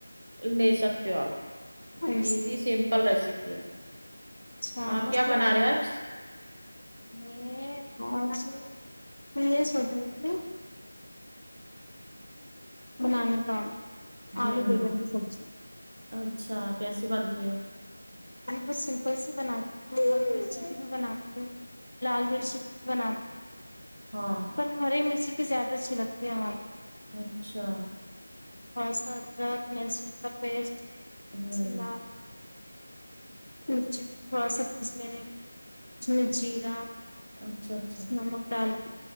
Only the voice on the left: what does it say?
ایسا
اچھا
مست
لگی
آپ
کی میں نے اج میں یہ سوچ رہ تھی بنانا تھا
آلو بیگن
کی سبزی
ہم کو سمپل سی بناتی ہیں مرچی کی بھی بناتی ہیں لال مرچی کی بنات
پر ہری مرچی کی زیادہ اچھی لگتی ہے ہمارے
اورس ادرک لہسن کا پیسٹ
ل مرچے کو تھوڑا سا پیس لینے کا جس میں جیر
نمک دال پ